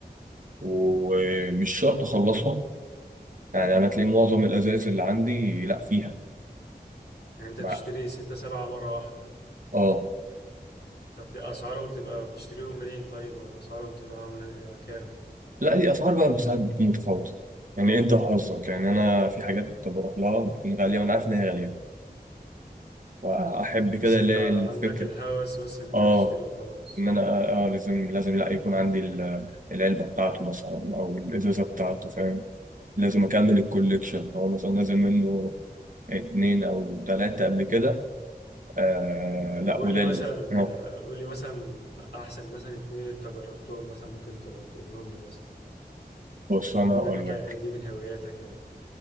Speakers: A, on the right; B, on the left.
A: ومش شرط أخلصهم يعني أنا تلاقي معظم الأزايز اللي عندي لأ فيها
B: يعني انت
A: مع
B: بتشتري ستة سبعة مره واحده
A: آه
B: طب دي اسعارهم تبقى بتشتريهم منين طيب ولا اسعارهم تبقى عامله كام
A: لأ دي أسعار بقى ساعات بتكون متفاوتة يعني أنت وحظك يعني أنا في حاجات بروح لها بتكون غالية وأنا عارف إن هي غالية فأحب
B: بس
A: كده
B: انت
A: اللي هي
B: عندك
A: الفكرة
B: الهوس بس ان انت
A: اه
B: تشتري وخلاص
A: ان انا اه آه، لازم لازم لا يكون عندي ال- العلبه بتاعته مثلا او الازازه بتاعته فاهم لازم اكمل الكوليكشن هو مثلا نازل منه اتنين او تلاته قبل كده آه
B: طب
A: لا
B: قول
A: وده
B: لي مثلا
A: ال-
B: ك...
A: آه،
B: قول لي مثلا احسن مثلا اتنين انت جربتهم مثلا ممكن تقول- تقولهم لي مثلا
A: بص انا
B: بما
A: هقول
B: انك
A: لك
B: يعني دي من هواياتك يعني